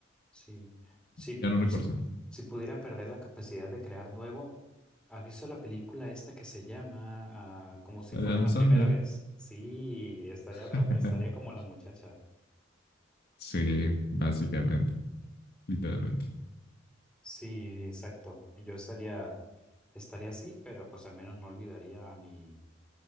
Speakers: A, in the centre; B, on the left.
A: Sí. Si,
B: ya no recuerdas
A: si,
B: nada.
A: si pudiera perder la capacidad de crear nuevo, ¿has visto la película esta que se llama ah, Como si
B: La
A: fuera
B: de Adam
A: la
B: Sandler.
A: primera vez? Sí, estaría,
B: <laughs>
A: tra- estaría como la muchacha.
B: sí, básicamente, literalmente.
A: Sí, exacto. Yo estaría, estaría así, pero pues al menos no olvidaría a mi,